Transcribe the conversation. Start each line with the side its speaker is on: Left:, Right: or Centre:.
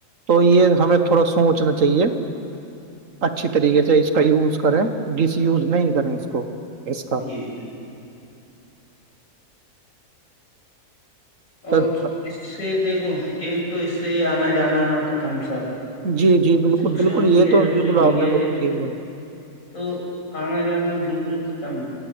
Right: تو یہ ہمیں تھوڑا سوچنا چاہیے اچھی طریقے سے اس کا یوز کریں ڈس وز نہیں کریں اس کو اس کا
Left: جی اور
Right: جی
Left: اس سے دیکھو ایک تو اس سے آنا جانا ختم سب
Right: جی جی بالکل
Left: سوشل
Right: بالکل
Left: میڈیا
Right: یہ تو
Left: جب
Right: بالکل
Left: سے ہوئی
Right: آپ نے
Left: ہے
Right: بولو تھی بول
Left: تو آنا جانا بالکل ختم ہے